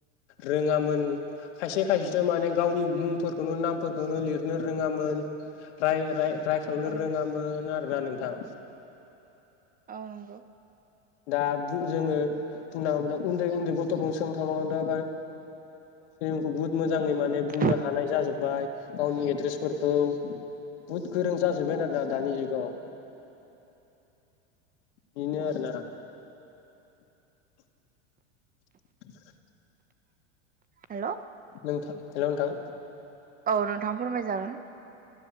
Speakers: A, on the left; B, on the right.
A: रोङामोन खायसे खायसेथ' माने गावनि मुंफोरखौनो नामफोरखौनो लिरनो रोङामोन राय राय रायखांनो
B: औ
A: रोङामोन आरोना नोंथां
B: औ नंगौ
A: दा जोङो बुंना मोन उन्दै उन्दै गथ'फोरखौनो <unintelligible> बुहुत मोजाङै माने बुंनो
B: हेल'
A: हानाय जाजोब्बाय गावनि एद्रेसफोरखौ बहुद गोरों जाजोबबाय आरोना दानि जुगाव <inaudible> बिनो आरो ना। <unintelligible>
B: हेलौ।
A: नोंथा हेल' नोंथां
B: औ नोंथाङा फोरमायजागोन।